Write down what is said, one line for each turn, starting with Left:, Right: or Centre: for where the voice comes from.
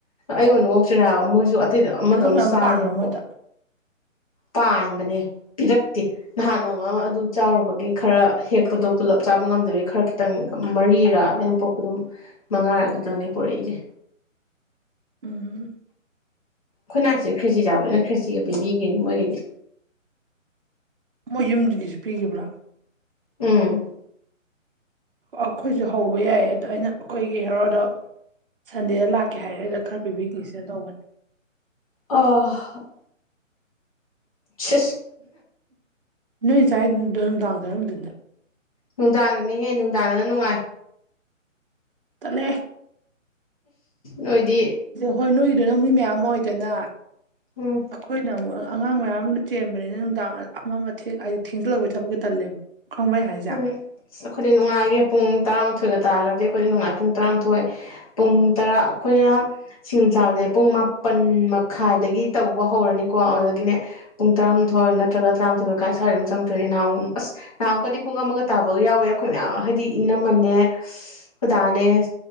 Left: ꯑꯩꯣꯟꯉꯣꯛꯁꯤ ꯍꯥꯏꯕ ꯃꯣꯏꯁꯨ ꯑꯇꯩꯗꯣ ꯑꯃꯗꯣ
Right: ꯑꯅꯧ
Left: ꯑꯃ
Right: ꯃꯌꯥꯝ
Left: ꯆꯥꯗꯦꯕꯀꯣ
Right: ꯄꯥꯟꯕ꯭ꯔꯥ ꯃꯣꯏꯗ
Left: ꯄꯥꯟꯕꯅꯦ ꯄꯤꯔꯛꯇꯦ ꯅꯍꯥꯟ ꯅꯣꯡꯃ ꯑꯃ ꯑꯗꯨ ꯆꯥꯔꯨꯕꯒꯤ ꯈꯔ ꯍꯦꯛꯄꯗꯣ ꯄꯨꯜꯂꯞ ꯆꯥꯕ ꯉꯝꯗꯕꯤꯒꯤ ꯈꯔ ꯈꯤꯇꯪ ꯃꯔꯤꯔ ꯑꯩꯅ ꯄꯣꯛꯄꯗꯨꯝ ꯃꯉꯥꯔ ꯑꯗꯨꯇꯪꯅꯦ ꯄꯨꯔꯛꯏꯁꯦ
Right: ꯎꯝ
Left: ꯈꯨꯣꯏꯅꯥꯁꯤꯅ ꯈ꯭ꯔꯤꯁꯤ ꯆꯥꯕꯅ ꯈ꯭ꯔꯤꯁꯤꯒ ꯄꯤꯕꯤꯈꯤꯅꯤ ꯃꯣꯏꯒꯤꯗꯤ
Right: ꯃꯣꯏ ꯌꯨꯝꯗꯨꯗꯒꯤꯁꯨ ꯄꯤꯈꯤꯕ꯭ꯔꯥ
Left: ꯎꯝ
Right: ꯑꯩꯈꯣꯏꯁꯨ ꯍꯧꯕ ꯌꯥꯏ ꯑꯗꯣ ꯑꯩꯅ ꯑꯩꯈꯣꯏꯒꯤ ꯍꯦꯔꯣꯗꯣ ꯁꯟꯗꯦꯗ ꯂꯥꯛꯀ ꯀꯩ ꯍꯥꯏꯔꯦꯗ ꯈꯔ ꯄꯤꯕꯤꯈꯤꯁꯦ ꯇꯧꯕꯅꯦ
Left: ꯑ ꯁꯤ
Right: ꯅꯣꯏ ꯆꯥꯏ ꯑꯗꯨ ꯂꯥꯡꯗꯅꯗ
Left: ꯅꯨꯡꯗꯥꯡꯗꯅꯍꯦ ꯅꯨꯡꯗꯥꯡꯗꯅ ꯅꯨꯡꯉꯥꯏ
Right: ꯇꯂꯦ
Left: ꯑꯣꯏꯣꯏꯗꯤ
Right: ꯍꯣꯏ ꯅꯣꯏꯒꯤꯗ ꯅꯪ ꯃꯤꯣꯏ ꯃꯌꯥꯝ ꯑꯃ ꯑꯣꯏꯗꯅ
Left: ꯎꯝ
Right: ꯑꯩꯈꯣꯏꯅ ꯑꯃꯨꯛ ꯑꯉꯥꯡ ꯃꯌꯥꯝ ꯑꯃꯅ ꯆꯦꯟꯕꯅꯤꯅ ꯅꯨꯡꯗꯥꯡ ꯑꯃ ꯑꯃ ꯍꯥꯏꯗꯤ ꯊꯦꯡꯖꯤꯜꯂꯛꯄꯒꯤ ꯊꯕꯛꯀꯤ ꯇꯜꯂꯦꯕ ꯈꯪꯕꯩ ꯍꯥꯏꯁꯦ
Left: ꯎꯝ ꯑ ꯑꯩꯈꯗꯤ ꯅꯨꯡꯉꯥꯏꯒꯦ ꯄꯨꯡ ꯇꯔꯥꯃꯥꯊꯣꯏꯒ ꯇꯥꯔꯒꯗꯤ ꯑꯩꯈꯣꯏꯅ ꯅꯨꯡꯉꯥꯏ ꯄꯨꯡ ꯇꯔꯥꯃꯥꯊꯣꯏ ꯄꯨꯡ ꯇꯔꯥ ꯑꯩꯈꯣꯏꯅ ꯁꯤꯡ ꯆꯥꯕꯁꯦ ꯄꯨꯡ ꯃꯥꯄꯟ ꯃꯈꯥꯏꯗꯒꯤ ꯇꯧꯕ ꯍꯧꯔꯅꯤꯀꯣ ꯑꯗꯨꯗꯒꯤꯅꯦ ꯄꯨꯡ ꯇꯔꯥꯊꯣꯏ ꯅꯠꯇ꯭ꯔꯒ ꯇꯔꯥꯃꯥꯊꯣꯏ ꯃꯈꯥꯏ ꯁ꯭ꯋꯥꯏ ꯑꯗꯨꯝ ꯆꯪ ꯅꯅꯥꯎ ꯅꯅꯥꯎ ꯀꯗꯤ ꯄꯨꯡ ꯑꯃꯒ ꯇꯥꯕꯒ ꯌꯥꯎꯋꯦ ꯑꯩꯈꯣꯏ ꯃꯌꯥꯝ ꯍꯥꯏꯗꯤ ꯏꯅꯝꯃꯟꯅꯦ ꯈꯨꯗꯥꯅꯦ